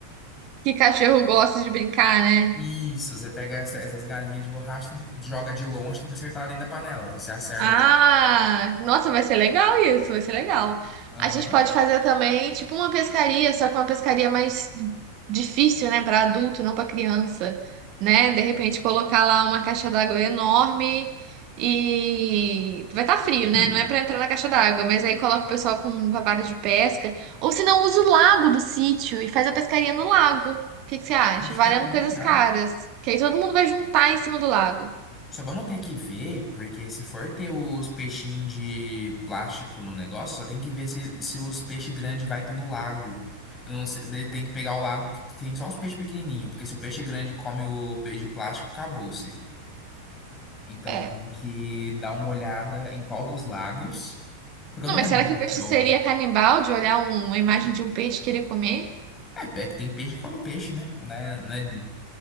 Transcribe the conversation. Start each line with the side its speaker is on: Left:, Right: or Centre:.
Right: Que cachorro gosta de brincar, né?
Left: Isso, você pega essa- essas galinhas de borracha, tem- joga de longe, tem que acertar dentro da panela. Se você acerta.
Right: Ah, nossa, vai ser legal isso, vai ser legal.
Left: Aham.
Right: A gente pode fazer também, tipo, uma pescaria, só que uma pescaria mais difícil, né, para adulto, não para criança, né? De repente colocar lá uma caixa d'água enorme e vai estar frio, né?
Left: <clears throat>
Right: Não é para entrar na caixa d'água, mas aí coloca o pessoal com com a vara de pesca, ou se não, usa o lago do sítio e faz a pescaria no lago. O que que você acha?
Left: Acho
Right: Valendo
Left: que é até é melhor.
Right: coisas caras, que aí todo mundo vai juntar em cima do lago.
Left: Só vamos ter que ver, porque se for ter os peixinhos de plástico no negócio, só tem que ver se, se os peixes grandes vai estar no lago. Eu não sei, daí tem que pegar o lago que tem só os peixes pequenininhos, porque se o peixe grande come o peixe de plástico, acabou-se. Então
Right: É.
Left: tem que dar uma olhada em qual dos lagos. Porque
Right: Não,
Left: eu não
Right: mas
Left: lembro
Right: será que
Left: qual
Right: o peixe
Left: que é o.
Right: seria canibal de olhar um- uma imagem de um peixe e querer comer?
Left: É, é que tem peixe que come peixe, né? Né? né?